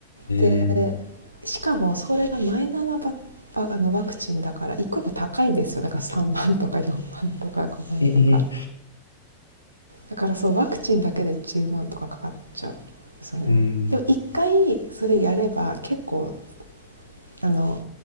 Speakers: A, on the left; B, on the right.
A: ええ
B: でしかもそれがマイナーなばばあのワクチンだから一個一個高いんですよだから3万とか4万とか5万とか
A: ええ
B: だからそうワクチンだけで10万とかかかっちゃうんですよねでも一回それやれば結構
A: うん。
B: あの